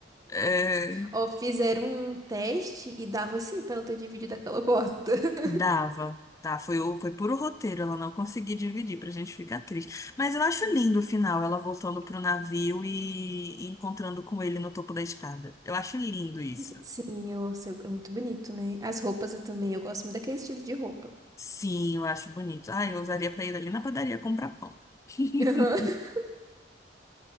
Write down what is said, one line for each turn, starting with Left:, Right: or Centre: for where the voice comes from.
Left: é,
Right: Ó, fizeram um teste e dava assim pra ela ter dividido aquela porta. <laughs>
Left: dava. Tá, foi, o- foi puro roteiro, ela não conseguiu dividir pra gente ficar triste. Mas eu acho lindo o final, ela voltando pro navio e encontrando com ele no topo da escada. Eu acho lindo isso.
Right: Sim, eu, eu- é muito bonito, né? As roupas eu também, eu gosto muito daquele estilo de roupa.
Left: Sim, eu acho bonito. Ah, eu usaria pra ir ali na padaria comprar pão. <laughs>
Right: <laughs>